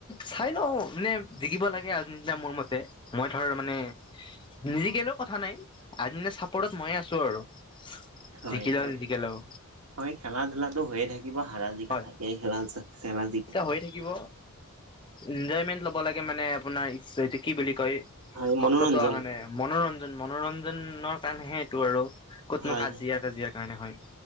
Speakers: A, on the left; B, on the right.
A: চাই লও নে জিকিব লাগে আৰ্জেন্টিনা মোৰ মতে। মই ধৰ মানে নিজিকিলৈও কথা নাই আৰ্জেন্টিনা চাপৰ্টত ময়ে আছো আৰু।
B: হয়,
A: জিকিলেও
B: হয়,
A: নিজিকিলেও
B: হয় খেলা ধূলাটো হৈয়ে থাকে। কিবা হাৰা জিকা
A: হয়
B: থাকে খেল খেৰা জিকা
A: হৈ থাকিব। এনজয়মেন্ট লব লাগে মানে আপোনাৰ এইটো কি বুলি কয়
B: হয় মনোৰঞ্জন
A: শব্দটো অহা নাই। মনোৰঞ্জন মনোৰঞ্জনৰ কাৰণেহে এইটো আৰু ক'তনো
B: হয়
A: কাজিয়া কাজিয়া কাৰণে হয়।